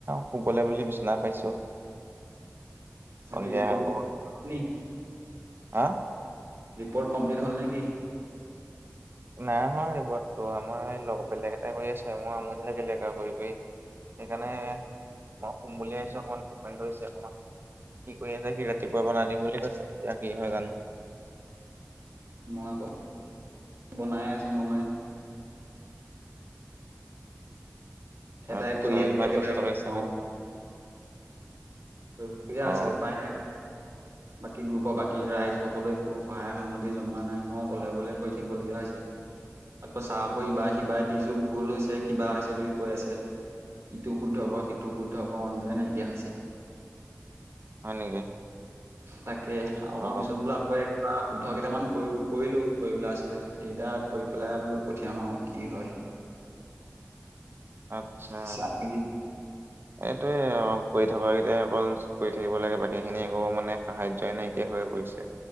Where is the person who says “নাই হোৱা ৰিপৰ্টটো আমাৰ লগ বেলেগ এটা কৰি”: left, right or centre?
Right